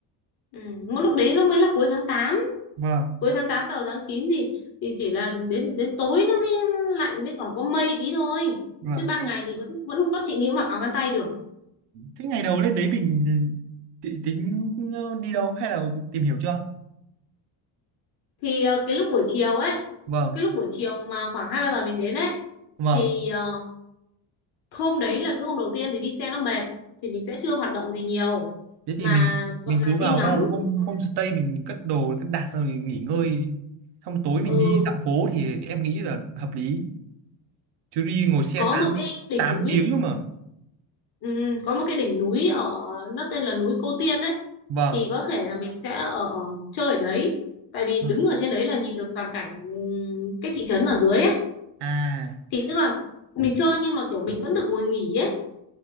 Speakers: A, on the left; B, on the right.
A: Ừ, một lúc đấy nó mới là cuối tháng tám,
B: vâng
A: cuối tháng 8 đầu tháng 9 thì thì chỉ là đến đến tối nó mới lạnh với còn có mây tí thôi.
B: vâng
A: Chứ ban
B: thế,
A: ngày thì vẫn vẫn có chị nghĩ mặc áo ngắn tay được.
B: thế ngày đầu lên đấy mình ti- tính đi đâu hay là tìm hiểu chưa
A: thì ờ, cái lúc buổi chiều ấy
B: vâng
A: cái lúc buổi chiều mà khoảng hai ba giờ mình đến ấy
B: vâng
A: thì ờ, hôm đấy là cái hôm đầu tiên thì đi xe nó mệt thì mình sẽ chưa hoạt động gì nhiều
B: thế thì
A: mà
B: mình
A: gọi
B: mình
A: là
B: cứ
A: đi
B: vào
A: ngắm
B: hôm hôm
A: có
B: homestay
A: cái,
B: mình cất đồ cất đặt xong rồi nghỉ ngơi xong tối mình
A: ừ,
B: đi dạo phố thì em nghĩ là hợp lý chứ đi ngồi xe
A: có
B: 8
A: một cái đỉnh
B: 8
A: núi
B: tiếng cơ mà
A: ừ, có một cái đỉnh núi ở nó tên là núi Cô Tiên ấy
B: vâng
A: thì có thể là mình sẽ ở, ở chơi ở đấy tại vì
B: Vâng.
A: đứng ở trên đấy là nhìn được toàn cảnh ừm, cái thị trấn ở dưới ấy
B: à
A: thì tức là mình chơi nhưng mà kiểu mình vẫn được ngồi nghỉ ấy